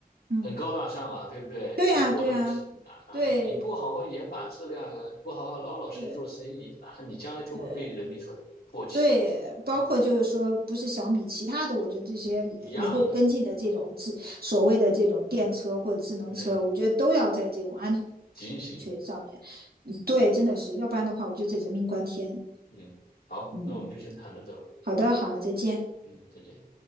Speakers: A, on the right; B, on the left.
A: 嗯，
B: 很高大上啊，对不对？
A: 对呀，
B: 人火得不行啊！
A: 对呀，对，
B: 你不好好严把质量，不好好老老实实做生意，
A: 是
B: 那你将来就会被人民所唾弃，
A: 是，对，包括就是说，
B: 对吧？
A: 不是小米，其他的，我觉得这些以以后跟进的这种智所谓的这种电车或者智能车，
B: 一样的，对，
A: 我觉得都要在这种安
B: 警醒。
A: 全上面，嗯对，真的是，要不然的话，我觉得这人命关天。
B: 嗯，好，
A: 嗯，
B: 那我们就先谈到这吧。
A: 好的，好，再见。
B: 嗯，再见。